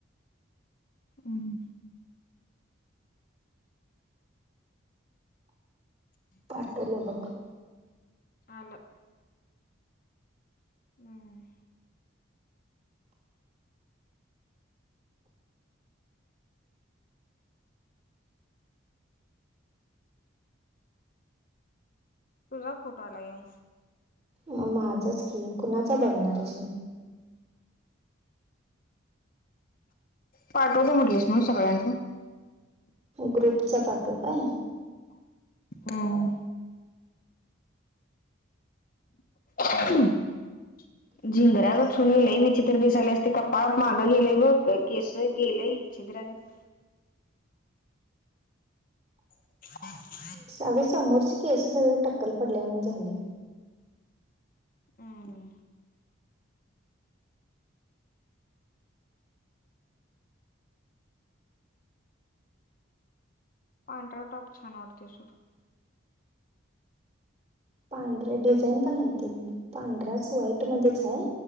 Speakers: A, on the left; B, on the right.
A: हम.
B: पाठवल बघ.
A: आल. हमम. तुझा फोटो आला यो.
B: मग माझंच की कुणाच बघणार आहेस म
A: पाठवल म्हंटलेस ना सगळ्यांना
B: ग्रुपचा पाठवू का?
A: हमम. अून <unintelligible>
B: ह <inaudible>
A: झिंगरा्या गचूनलय विचित्र दिसाले असते कप्पा मागं गेलेय बघ काय केस केलीय. चिंदराे <unintelligible> हम हम् <inaudible>
B: अग समोरचे केस सगळे टक्कल पडल्यावानी झालेय.
A: हम. पांढरा टॉप छान वाटते स
B: पांढऱ्या डिझाईन पण आहे ते पांढराच व्हाईट मध्येच हाय.